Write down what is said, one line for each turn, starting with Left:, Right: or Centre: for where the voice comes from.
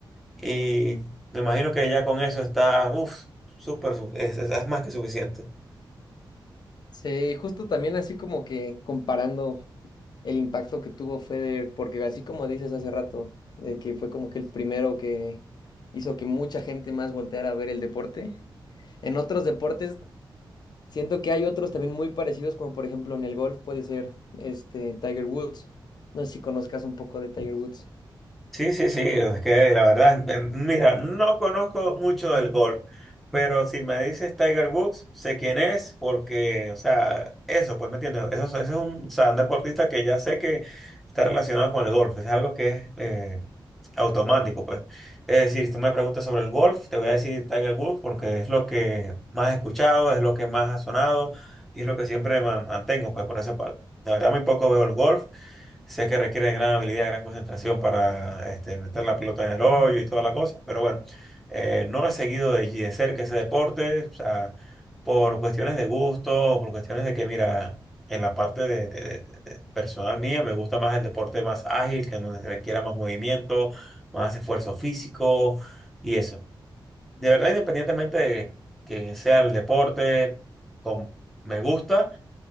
Centre: y me imagino que ya con eso está, uff, súper, su- es es- es más que suficiente.
Left: Sí, justo también así como que comparando el impacto que tuvo Federer, porque así como dices hace rato, de que fue como que el primero que hizo que mucha gente más volteara a ver el deporte. En otros deportes siento que hay otros también muy parecidos, como por ejemplo en el golf puede ser este Tiger Woods. No sé si conozcas un poco de Tiger Woods.
Centre: Sí, sí, sí, es que la verdad, eh, mira, no conozco mucho del golf, pero si me dices Tiger Woods, sé quién es, porque, o sea, eso, pues me entiendes, eso, es- eso es un, o sea, un deportista que ya sé que está relacionado con el golf, es algo que es eh, automático, pues. Es decir, si tú me preguntas sobre el golf, te voy a decir Tiger Woods porque es lo que más he escuchado, es lo que más ha sonado y es lo que siempre ma- mantengo, pues, por esa parte. La verdad, muy poco veo el golf. Sé que requiere de gran habilidad, gran concentración para este, meter la pelota en el hoyo y toda la cosa, pero bueno, eh, no he seguido de, de cerca ese deporte, o sea, por cuestiones de gusto, por cuestiones de que, mira, en la parte de, de- de- de personal mía me gusta más el deporte más ágil, que donde se requiera más movimiento, más esfuerzo físico y eso. De verdad, independientemente de que sea el deporte, com- me gusta.